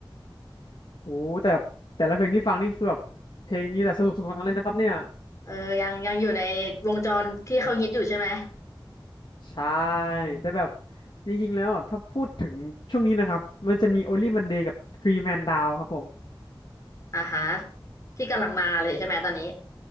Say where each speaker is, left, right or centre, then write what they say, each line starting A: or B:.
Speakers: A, on the left (about 55°); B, on the left (about 35°).
A: โอ้โหแต่แบบแต่ละเพลงที่ฟังนี่คือแบบเพลงนี้แต่สนุกสุดทั้งนั้นเลยนะครับเนี่ย
B: เออยังยังอยู่ในวงจรที่เขาฮิตอยู่ใช่ไหม
A: ใช่แต่แบบจริงๆแล้วอ่ะถ้าพูดถึงช่วงนี้นะครับมันจะมี Only Monday กับ Three Man Down ครับผม
B: อ่าฮะที่กำลังมาเลยใช่ไหมตอนนี้